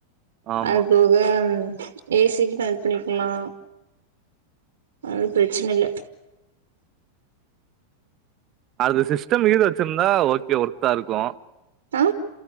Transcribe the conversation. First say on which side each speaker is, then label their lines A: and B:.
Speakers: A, on the right (about 35°); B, on the right (about 65°).
A: ஆமா
B: அது போக ஏசிக்கன பண்ணிக்கலா அது பிரச்சன இல்ல
A: அது சிஸ்டம்கிது வச்சிருந்தா ஓகே ஒர்த்தா இருக்கு
B: ஆ